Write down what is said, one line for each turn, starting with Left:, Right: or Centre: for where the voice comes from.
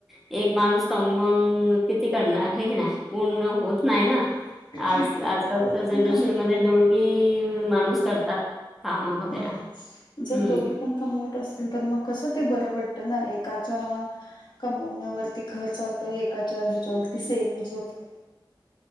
Centre: एक माणूस कमवून किती करणार हे की नाही? पूर्ण होत नाही
Left: एक
Centre: ना आज आजकाल.
Left: दोघं
Centre: प्रेझेंटेशनमध्ये
Left: पण कमवू
Centre: दोघी माणूस करतात. काम वगैरे
Left: हो जर
Centre: हम्म.
Left: दोघे पण कमवत असतील तर मग कसं ते बरं पडत ना, एकाच्या कमण्यावरती घर चालत एका हेच्यावरती सेविंग होतात.